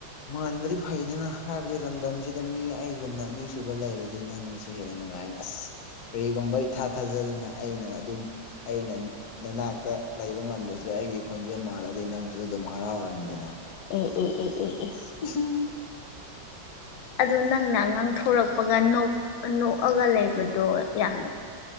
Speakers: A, on the left; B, on the left.
A: ꯃꯥꯟꯕꯗꯤ ꯐꯩꯗꯅ ꯍꯥꯏꯕꯗꯤ ꯂꯝꯗꯝꯁꯤꯗ ꯃꯤ ꯑꯩꯒꯨꯝꯅ ꯑꯅꯤꯁꯨꯨꯕ ꯂꯩꯔꯗꯤ ꯅꯪꯒꯤꯁꯦ꯫ ꯁꯨ ꯍꯦꯟꯅ ꯅꯨꯡꯉꯥꯏꯔ ꯑꯁ ꯀꯔꯤꯒꯨꯝꯕ ꯏ ꯊꯥ ꯊꯥꯖꯗꯅ ꯑꯩꯅ ꯑꯗꯨꯝ꯫ ꯑꯩꯅ ꯅꯅꯥꯛꯇ ꯂꯩꯕ ꯉꯝꯗ꯭ꯔꯁꯨ ꯑꯩꯒꯤ ꯈꯣꯟꯖꯦꯜ ꯃꯥꯜꯂꯗꯤ ꯅꯪꯁꯨ ꯑꯗꯨꯝ꯫ ꯍꯔꯥꯎꯔꯅꯤꯗꯅ꯫
B: ꯎꯝ ꯎꯝ ꯎꯝ ꯎꯝ ꯎꯝ꯫
A: ꯎꯝꯍꯝ꯫
B: ꯑꯗꯣ ꯅꯪꯅ ꯉꯥꯡꯊꯣꯔꯛꯄꯒ ꯅꯣꯛꯑꯒ ꯂꯩꯕꯗꯣ ꯌꯥꯝ